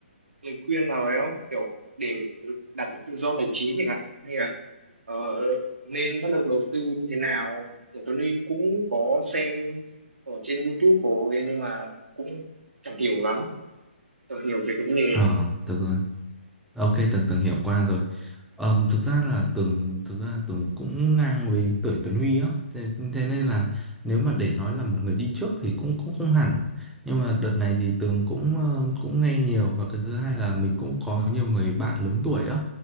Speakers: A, on the right; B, in the centre.
A: lời khuyên nào đấy không kiểu để đạt được tự do tài chính chẳng hạn hay là ờ, nên bắt đầu đầu tư như thế nào kiểu Tuấn Huy cũng có xem ở trên YouTube của ấy, nhưng mà cũng chẳng hiểu lắm chẳng hiểu về cái vấn đề
B: ờ
A: đó
B: được rồi Ok, Tường Tường hiểu qua rồi. Ờm, thực ra là Tường thực ra Tường cũng ngang với tuổi Tuấn Huy á, thế, thế nên là nếu mà để nói là một người đi trước thì cũng cũng không hẳn. Nhưng mà đợt này thì Tường cũng ờ, cũng nghe nhiều và cái thứ hai là mình cũng có nhiều người bạn lớn tuổi á,